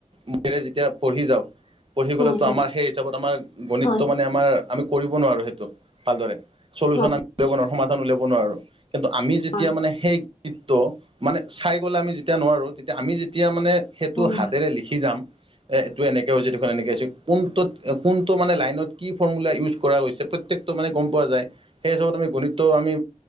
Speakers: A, on the right; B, on the left.
A: মূখেৰে যেতিয়া পঢ়ি যাওঁ পঢ়ি গ'লেতো
B: হয়
A: আমাৰ সেই হিচাপতো আমাৰ গণিতটো
B: হয়
A: মানে আমাৰ আমি কৰিব নোৱাৰো সেইটো ভালদৰে। চলিওচন
B: হয়
A: আমি উলিয়াব নোৱাৰো, সমাধান উলিয়াব নোৱাৰো কিন্তু আমি যেতিয়া
B: হয়
A: মানে সেই ত' মানে চাই গ'ল আমি যেতিয়া নোৱাৰো তেতিয়া আমি যেতিয়া মানে সেইটো
B: হয়
A: হাতেৰে লিখি যাম এ এইটো এনেকে হৈছে দেখোন এনেকে কোনটোত কোনটো মানে লাইনত কি ফৰ্মুলা ইউজ কৰা হৈছে প্ৰত্যেক টো মানে গম পোৱা যায় সেই হিচাপত আমি গণিততো আমি